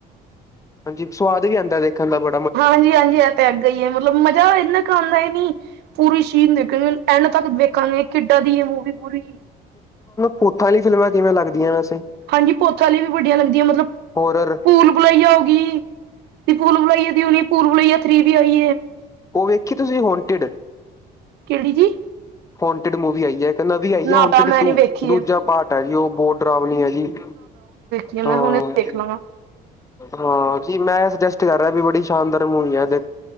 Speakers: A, on the left; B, on the right.
A: ਹਾਂਜੀ ਸਵਾਦ ਵੀ ਆਂਦਾ ਦੇਖਨ ਦਾ ਬ
B: ਹਾਂਜੀ-ਹਾਂਜੀ ਐ ਤੇ ਏਧਾ ਈ ੲੈ ਮਤਲਬ ਮਜ਼ਾ ਇੰਨਾ ਕ ਆਦਾ ੲੈ ਨੀ ਪੂਰੀ ਸ਼ੀਨ ਦੇਖ ਐਂਡ ਤੱਕ ਵੇਖਾਂਗੇ ਕਿੱਡਾਂ ਦੀ ਏ ਮੂਵੀ ਪੂਰੀ
A: ਪੂੱਤਾ ਆਲੀ ਫਿਲਮਾਂ ਕਿਵੇਂ ਲੱਗਦੀਆਂ ਵੈਸੇ
B: ਹਾਂਜੀ, ਪੋਥ ਆਲੀ ਵੀ ਵੱਡੀਆਂ ਲਗਦੀ ਮਤਲਬ
A: ਹੋਰਰ
B: ਪੂਲ ਬੁਲਈਆ ਹੋ ਗੀ, ਪੂਲ ਬੁਲਈਏ ਦੀ ਹੁਨੀ ਪੂਲ ਬੁਲਈਆ ਥਰੀ ਵੀ ਆਈ ਏ।
A: ਓ ਵੇਖੀ ਤੁਸੀਂ ਹੋੋਂਟਿਡ?
B: ਕੈੜੀ ਜੀ
A: ਫੋਟਿਡ ਮੂਵੀ ਆਈ ਜੇ ਏਕ ਨਵੀ ਆਈ
B: ਨਾ
A: ਐ ਹੋਨਟੀਡ
B: ਭਰਾ ਮੈਂ
A: ਟੂ,
B: ਨੀ ਵੇਖੀ
A: ਦੂਜਾ
B: ਹੈ
A: ਪਾਟ ਆ ਜੀ ਓ ਬੋ ਡਰਾਵਨੀ ੲੈ ਜੀ
B: ਜੇ ਮੈਂ
A: ਹਾਂ
B: ਹੁਣੇ ਵੇਖ ਲਵਾ
A: ਹਾਂ, ਜੀ ਮੈਂ ੲੈ ਸਜੈਸਟ ਕੱਰ ਰੇਆ ਵੀ ਬੜੀ ਸ਼ਾਨਦਾਰ ਮੂਵੀ ੲੈ ਦੇ